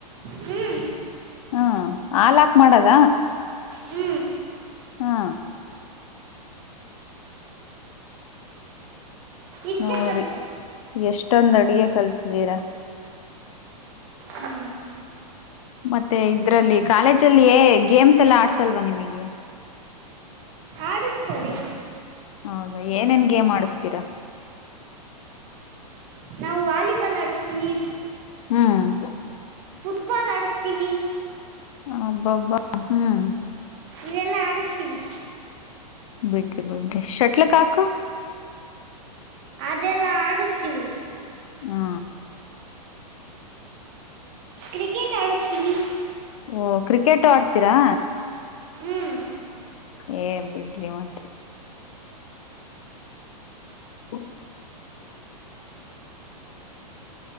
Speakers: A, on the right; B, on the left.
A: ಹ್ಞೂ
B: ಹ್ಮ ಹಾಲಹಾಕ ಮಾಡದ.
A: ಹ್ಞೂ
B: ಹಾ
A: ಇಷ್ಟೇ
B: ನೋಡ್ರಿ
A: ಬರುತ್ತೆ
B: ಎಷ್ಟೊಂದ್ ಅಡ್ಗೆ ಕಲ್ತಿದ್ದೀರಾ.
A: ಹ್ಞೂ
B: ಮತ್ತೆ ಇದ್ರಲ್ಲಿ ಕಾಲೇಜಲ್ಲಿ ಗೇಮ್ಸ್ ಎಲ್ಲ ಆಡ್ಸಲ್ವಾ ನಿಮಗೆ. <unintelligible>
A: ಆಡಿಸ್ತಾರೆ
B: ಹೌದಾ ಏನೇನ್ ಗೇ ಆಡಿಸತೀರಾ.
A: ನಾವು ವಾಲಿಬಾಲ್ ಆಡಿಸ್ತೀವಿ.
B: ಹ್ಮ್
A: ಫುಟ್ಬಾಲ್ ಆಡಸ್ತೀನಿ.
B: ಅಬ್ಬ ಅಬ್ಬಾ ಹ್ಮ್.
A: ಇವೆಲ್ಲಾ ಆಡಿಸ್ತೀವಿ.
B: ಬಿಟ್ರಿ ಬಿಟ್ರಿ ಷಟ್ಲ್ ಕಾಕು.
A: ಅದೆಲ್ಲಾ ಆಡಸ್ತೀವಿ.
B: ಹಾ
A: ಕ್ರಿಕೆಟ್ ಆಡಸ್ತೀವಿ.
B: ಓ ಕ್ರಿಕೆಟ್ು ಆಡ್ತೀರಾ.
A: ಹ್ಮ್
B: ಏ ಬಿಡ್ ರೀ ಮತ್ತೆ. ಹ್ಮ